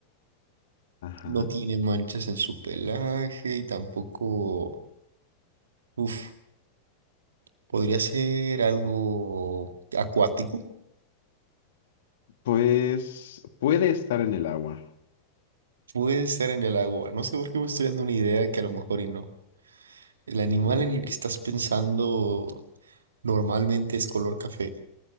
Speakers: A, on the left; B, on the right.
A: Ajá.
B: No tiene manchas en su pelaje y tampoco... Uf. Podría ser algo acuático.
A: Pues puede estar en el agua.
B: Puede estar en el agua. No sé por qué me estoy dando una idea que a lo mejor y no. El animal
A: Ujú.
B: en el que estás pensando normalmente es color café.